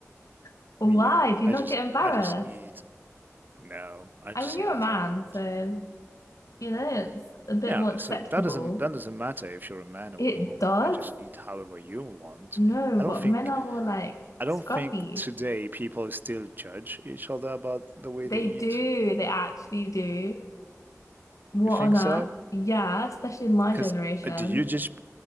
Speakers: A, on the left; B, on the right.
A: <laughs> Why?
B: Yeah,
A: Do you
B: I
A: not
B: just
A: get embarrassed?
B: I just eat No, I just
A: I mean, you're
B: eat as
A: a man,
B: I want.
A: so you know it's a bit
B: Yeah,
A: more acceptable.
B: so that doesn't that doesn't matter if you're a man or
A: It
B: a woman.
A: does.
B: You just eat however you want.
A: No,
B: I
A: but
B: don't think
A: men are more like
B: I don't
A: scruffy.
B: think today people still judge each other about the way
A: They
B: they eat.
A: do. They actually do. What
B: You think
A: on earth?
B: so?
A: Yeah, especially in my
B: Because
A: generation.
B: do you judge